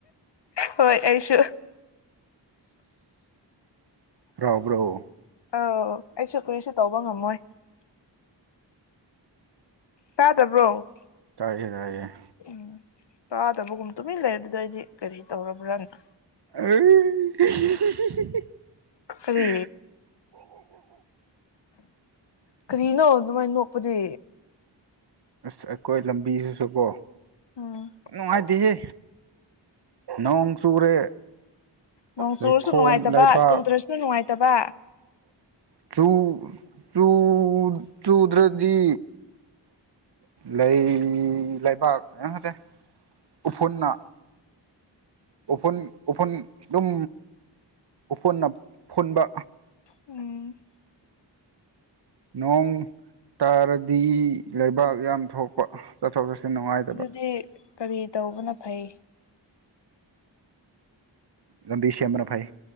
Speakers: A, on the left; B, on the right.
A: ꯍꯣꯏ ꯑꯩꯁꯨ
B: ꯍꯥꯔꯥꯎꯕꯔꯣ
A: ꯑꯥꯎ ꯑꯩꯁꯨ ꯀꯔꯤꯁꯨ ꯇꯧꯕ ꯉꯝꯃꯣꯏ ꯇꯥꯗꯕ꯭ꯔꯣ
B: ꯇꯥꯏꯌꯦ ꯇꯥꯏꯌꯦ
A: ꯎꯝ ꯇꯥꯗꯕꯒꯨꯝ ꯇꯨꯃꯤꯟꯅ ꯂꯩꯕꯥꯗꯨ ꯑꯩꯗꯤ ꯀꯔꯤ ꯇꯧꯔꯕ꯭ꯔꯅꯥ
B: ꯑꯥꯏ <unintelligible>
A: ꯀꯔꯤ ꯀꯔꯤꯅꯣ ꯑꯗꯨꯃꯥꯏꯅ ꯅꯣꯛꯄꯗꯤ
B: ꯑꯁ ꯑꯩꯈꯣꯏ ꯂꯝꯕꯤꯁꯤꯁꯨꯀꯣ
A: ꯎꯝ
B: ꯅꯨꯡꯉꯥꯏꯇꯦꯍꯦ ꯅꯣꯡ ꯆꯨꯔꯦ
A: ꯅꯣꯡ
B: ꯂꯩꯈꯣꯝ
A: ꯆꯨꯔꯁꯨ ꯅꯨꯡꯉꯥꯏꯇꯕ
B: ꯂꯩꯕꯥꯛ
A: ꯆꯨꯗ꯭ꯔꯁꯨ ꯅꯨꯡꯉꯥꯏꯇꯕ
B: ꯆꯨ ꯆꯨ ꯆꯨꯗ꯭ꯔꯗꯤ ꯂꯩ ꯂꯩꯕꯥꯛ ꯑꯥ ꯅꯠꯇꯦ ꯎꯐꯨꯟꯅꯥ ꯎꯐꯨꯟ ꯎꯐꯨꯟ ꯗꯨꯝ ꯎꯐꯨꯟꯅ ꯐꯨꯟꯕꯥ
A: ꯍꯨꯝ
B: ꯅꯣꯡ ꯇꯥꯔꯗꯤ ꯂꯩꯕꯥꯛ ꯌꯥꯝ ꯊꯣꯛꯄ ꯆꯠꯊꯣꯛ ꯆꯠꯁꯤꯟ ꯅꯨꯡꯉꯥꯏꯇꯕ
A: ꯑꯗꯨꯗꯤ ꯀꯔꯤ ꯇꯧꯕꯅ ꯐꯩ
B: ꯂꯝꯕꯤ ꯁꯦꯝꯕꯅ ꯐꯩ